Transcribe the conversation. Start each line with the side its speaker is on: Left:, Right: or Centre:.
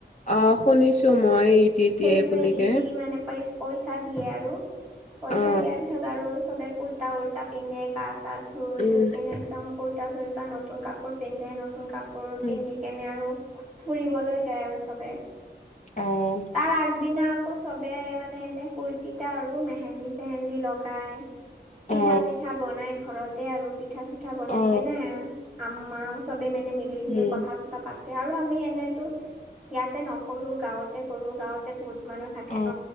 Left: অ' শুনিছো মই ঈদ ঈদ দিয়ে
Centre: সেইটোৱে
Left: বুলিকে
Centre: ই দি মানে পাৰ পইচা দিয়ে আৰু পইচা
Left: অ
Centre: দিয়াৰ পিছত আৰু চবে কুুৰ্তা উুৰ্তা পিন্ধে গা চা ধুই
Left: উম
Centre: ধুই কেনে একদম কুৰ্তা চুুৰ্তা নতুন কাপোৰ পিন্ধে নতুন কাপোৰ
Left: উম,
Centre: পিন্ধি কেনে আৰু ফুৰিবলৈ যায় আৰু চবে
Left: অঁ
Centre: তাৰ আগদিনা আকৌ চবে মানে এনে ফূুৰ্তিতা আৰু মেহেন্দি চেহেন্দি লগাই পিঠা
Left: অ
Centre: চিঠা বনাই ঘৰতে আৰু পিঠা চিঠা বনাই
Left: অ
Centre: কেনে আম মা সবে মানে মিলি জুলি
Left: উম
Centre: কথা চতা পাততি আৰু আমি এনেতো ইয়াতে নকৰো গাঁৱতে কৰো গাঁৱতে বহুত মানুহ থাকে
Left: অ
Centre: ন